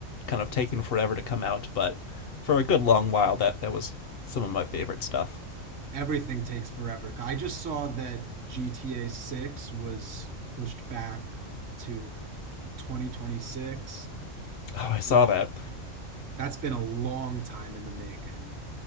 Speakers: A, on the left; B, on the right.
A: kind of taken forever to come out, but for a good long while that that was some of my favorite stuff.
B: Everything takes forever. I just saw that GTA 6 was pushed back to 2026,
A: Oh, I saw
B: which
A: that.
B: that's been a long time in the making.